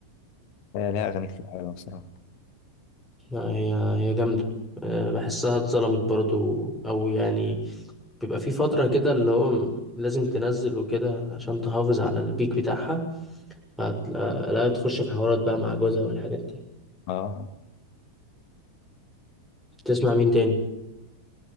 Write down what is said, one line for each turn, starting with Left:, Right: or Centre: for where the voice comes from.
Left: هي لها أغاني كتير حلوة بصراحة
Centre: لا هي هي جامدة أه، بحسها اتظلمت برضو أو يعني بيبقى في فترة كده اللي هو م- لازم تنزل وكده عشان تحافظ على البيك بتاعها فهتلاقي- لا تخش في حوارات بقى مع جوزها والحاجات دي
Left: آه
Centre: تسمع مين تاني